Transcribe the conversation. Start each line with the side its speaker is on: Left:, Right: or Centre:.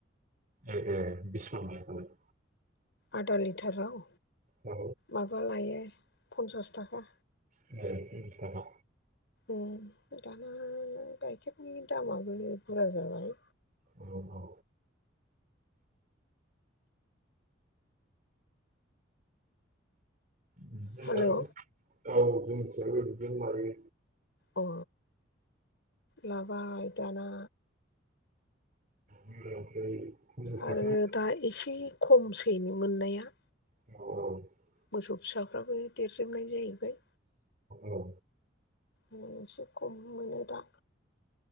Right: ए ए बिसिबां बेयावलाय?
Left: आदा लिटाराव?
Right: औ।
Left: माबा लायो पन्सास थाखा।
Right: जोंनिया बिथिं बिसथागा।
Left: उम दाना गाइखेरनि दामाबो बुरजा जाबाय।
Right: औ औ। बिदिनोगोजालै
Left: हेलौ
Right: औ जोंथियो बिदिनो मारियो।
Left: अ लाबाय दाना।
Right: लिटारावसो पन्सास
Left: आरो
Right: थाखा।
Left: दा एसे खमसैनो मोननाया।
Right: औ।
Left: मोसौ फिसाफ्राबो देरजोबनाय जाहैबाय।
Right: औ।
Left: मोनसे खम मोनो दा।